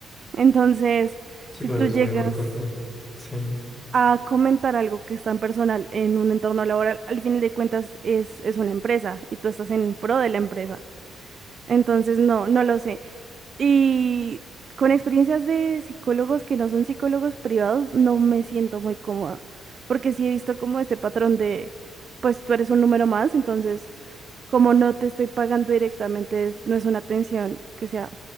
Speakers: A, on the right; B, on the left.
A: Entonces,
B: Sí,
A: si
B: claro,
A: tú
B: eso
A: llegas
B: es muy importante. Sí. Es
A: a comentar algo que es tan personal en un entorno laboral, al final de cuentas es, es una empresa y tú estás en pro de la empresa. Entonces, no, no lo sé. Y con experiencias de psicólogos que no son psicólogos privados, no me siento muy cómoda, porque sí he visto como este patrón de, pues tú eres un número más, entonces como no te estoy pagando directamente, es- no es una atención que sea